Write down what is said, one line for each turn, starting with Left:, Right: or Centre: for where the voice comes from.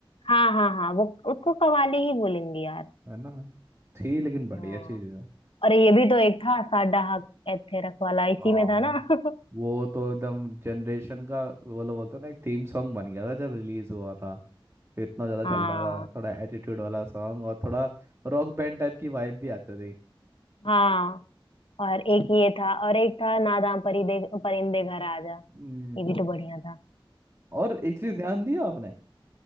Left: हाँ हाँ हाँ वो उसको कवाली ही बोलेंगे यार
Right: है ना थी लेकिन बढ़िया
Left: हाँ
Right: चीज है
Left: और ये भी तो एक था साडा हक एथेरक वाला इसी
Right: हाँ
Left: में था ना <laughs>
Right: वो तो एकदम जनरेशन का वो लोग बोलते हैं ना एक थीम सॉन्ग बन गया था जब रिलीज हुआ था इतना ज्यादा
Left: हाँ
Right: चल रहा था थोड़ा एटीट्यूड वाला सॉन्ग और थोड़ा रॉक बैंड टाइप की वाइब भी आती थी
Left: हाँ और एक ये था और एक था नादाम परिदे परिंदे घर आजा
Right: हम्म
Left: ये भी तो बढ़िया था
Right: और एक चीज ध्यान दिया आपने